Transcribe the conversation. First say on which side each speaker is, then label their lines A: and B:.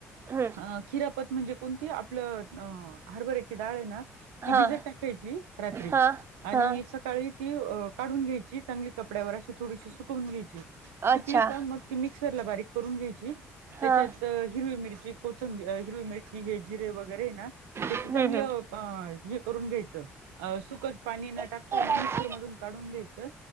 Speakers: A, on the right (about 35°); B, on the right (about 65°).
A: हम्म
B: आ.. खिरापत म्हणजे, कोणती आपलं, हरबऱ्याची डाळ आहे ना. ती
A: हा
B: भिजत टाकायची रात्री.
A: हा
B: आणि
A: हा
B: स काळी ती काढून घ्यायची, चांगली कपड्यावर अशी थोडीशी सुकवून घ्यायची सुकली
A: अच्छा
B: का मग. ती मिक्सरला बारीक करून घ्यायची. तेच्यात
A: हा
B: हिरवी मिरची कोथिंबीर हिरवी मिरची हे जिरे वगैरे ना, त्यांची
A: हम्म
B: चांगलं.
A: हम्म
B: अ.. हे करून घ्यायचं. सुुकच पाणी न टाकतायना
A: हा
B: मिक्सर मधून काढून घ्यायचं.